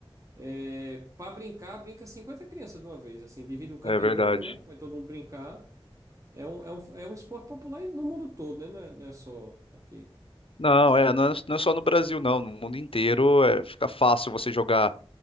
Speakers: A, on the right (about 35°); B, on the left (about 65°).
A: é, para brincar, brinca 50 crianças de uma vez, assim, divide o campo
B: É verdade.
A: em dois, né? Vai todo mundo brincar. É um, é um, é um esporte popular no mundo todo, né? Não é, não é só aqui.
B: Não, é, não é, não é só no Brasil, não. No mundo inteiro é, fica fácil você jogar,